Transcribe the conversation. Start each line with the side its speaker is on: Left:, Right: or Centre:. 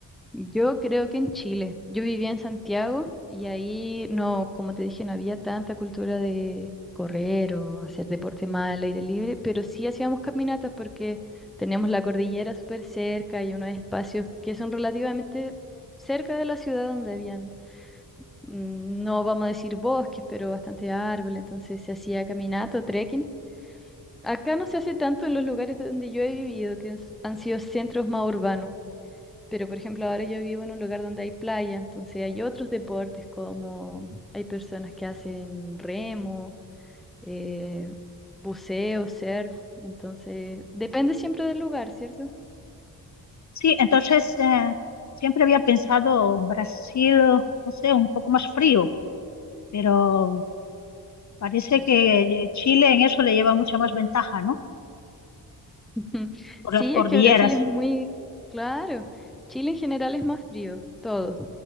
Centre: Yo creo que en Chile. Yo vivía en Santiago y ahí no, como te dije, no había tanta cultura de correr o hacer deporte más al aire libre, pero sí hacíamos caminatas porque teníamos la cordillera súper cerca y unos espacios que son relativamente cerca de la ciudad donde habían, mm, no vamos a decir bosques, pero bastante árboles, entonces se hacía caminata o trekking. Acá no se hace tanto en los lugares donde yo he vivido, que es- han sido centros más urbanos. Pero, por ejemplo, ahora yo vivo en un lugar donde hay playa, entonces hay otros deportes como hay personas que hacen remo, eh, buceo, surf, entonces depende siempre del lugar, ¿cierto?
Left: Sí, entonces eh, siempre había pensado Brasil, no sé, un poco más frío, pero parece
Centre: Ujú.
Left: que eh, Chile en eso le lleva mucha más ventaja, ¿no?
Centre: <laughs> Ujú.
Left: Por
Centre: Sí,
Left: las cordilleras.
Centre: es que Brasil es muy claro. Chile en general es más frío, todo.